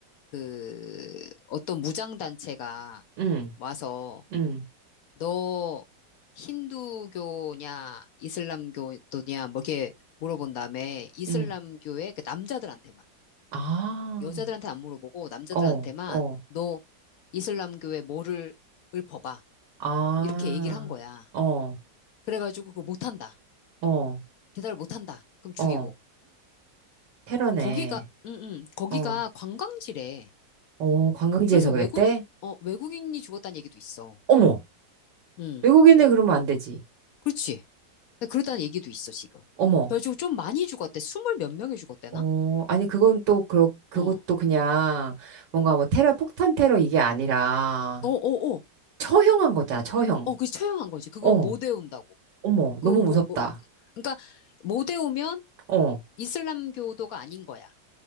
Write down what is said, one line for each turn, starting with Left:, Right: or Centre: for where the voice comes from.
Left: 그 어떤 무장단체가
Right: 응,
Left: 와서
Right: 응,
Left: 너 힌두교냐 이슬람교도냐 뭐 이렇게 물어본 다음에 이슬람교의
Right: 응.
Left: 그 남자들한테만
Right: 아,
Left: 여자들한테 안 물어보고 남자들한테만
Right: 어, 어.
Left: 너 이슬람교에 뭐를 읊어봐.
Right: 아,
Left: 이렇게 얘기를 한 거야.
Right: 어.
Left: 그래가지고 그거 못한다.
Right: 어,
Left: 대답을 못한다. 그럼 죽이고.
Right: 어, 테러네.
Left: 거기가, 응, 응. 거기가
Right: 어,
Left: 관광지래.
Right: 어, 관광지에서
Left: 그래서 외국이,
Right: 그랬대?
Left: 어, 외국인이 죽었다는 얘기도 있어.
Right: 어머,
Left: 응.
Right: 외국인을 그러면 안 되지.
Left: 그렇지. 그렇다는 얘기도 있어, 지금.
Right: 어머,
Left: 그래가지고 좀 많이 죽었대. 스물 몇 명이 죽었대나?
Right: 어, 아니, 그건 또, 그렇, 그것도
Left: 어.
Right: 그냥, 뭔가 뭐 테러, 폭탄 테러 이게 아니라,
Left: 어, 어, 어.
Right: 처형한 거잖아, 처형.
Left: 어, 그 처형한 거지. 그거
Right: 어,
Left: 못 외운다고.
Right: 어머,
Left: 그
Right: 너무 무섭다.
Left: 뭐, 어, 그러니까 못 외우면
Right: 어,
Left: 이슬람교도가 아닌 거야.